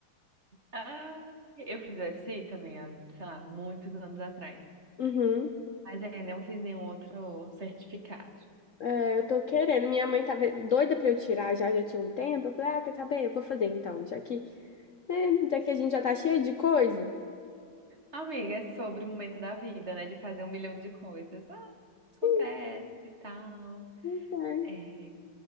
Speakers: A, on the right; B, on the left.
A: Ah, eu fiz UFC também, há, sei lá, muitos anos atrás.
B: Uhum.
A: Mas ainda não fiz nenhum outro certificado.
B: É, eu tô querendo. Minha mãe tava doida pra eu tirar já, já tinha um tempo. Eu falei, ah, quer saber? Eu vou fazer então, já que né? Já que a gente já tá cheio de coisa.
A: Amiga, é sobre o momento da vida, né? De fazer um milhão de coisas. Ah, acontece
B: Sim,
A: e tal.
B: pois é.
A: É,